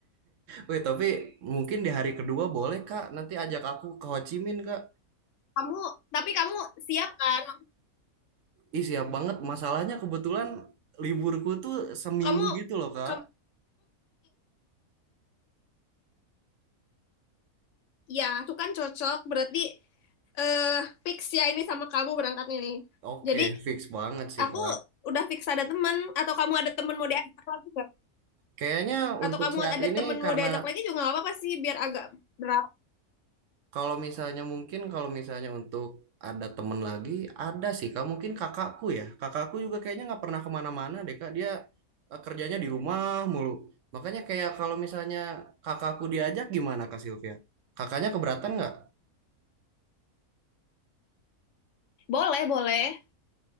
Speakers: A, on the right; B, on the left.
A: Wih, tapi mungkin di hari kedua boleh Kak. Nanti ajak aku ke Ho Chi Minh Kak.
B: Kamu, tapi kamu siap kan?
A: Ih, siap banget. Masalahnya kebetulan liburku tuh seminggu
B: Kamu,
A: gitu loh, Kak.
B: kamu, ya, itu kan cocok. Berarti eh fix ya ini sama kamu berangkatnya nih.
A: Oke,
B: Jadi
A: fix banget sih,
B: aku
A: Kak.
B: udah fix ada temen, atau kamu ada temen mau diajak lagi nggak?
A: Kayaknya
B: Atau
A: untuk
B: kamu
A: saat
B: ada
A: ini
B: temen
A: karena
B: mau diajak lagi juga nggak apa-apa sih, biar agak berat.
A: kalau misalnya mungkin kalau misalnya untuk ada temen lagi, ada sih, Kak. Mungkin kakakku ya. Kakakku juga kayaknya nggak pernah kemana-mana deh, Kak. Dia eh, kerjanya di rumah mulu. Makanya kayak kalau misalnya kakakku diajak gimana, Kak Sylvia? Kakaknya keberatan nggak?
B: Boleh, boleh.